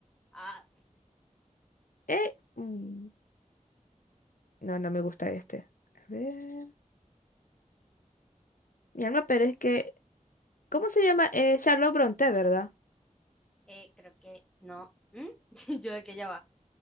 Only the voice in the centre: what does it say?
ah,
eh, creo que no. ¿Mm? <laughs> Yo de que ya va.